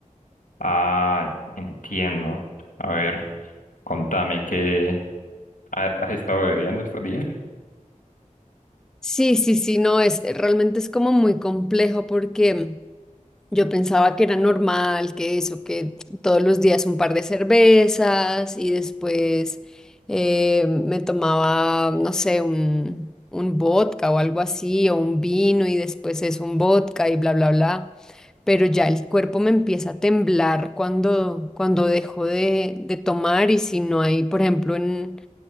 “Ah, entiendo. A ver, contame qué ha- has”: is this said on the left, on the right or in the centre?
Left